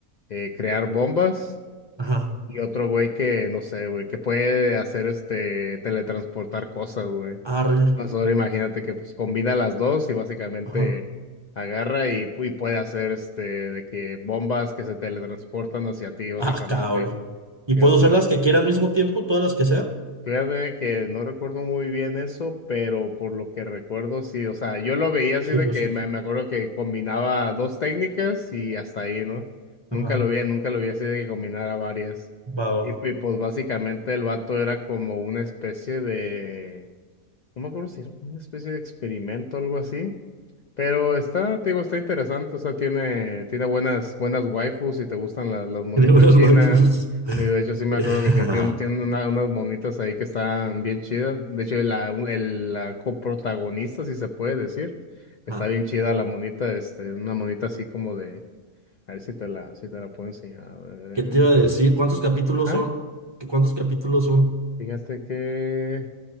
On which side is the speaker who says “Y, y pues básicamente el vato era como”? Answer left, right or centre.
Left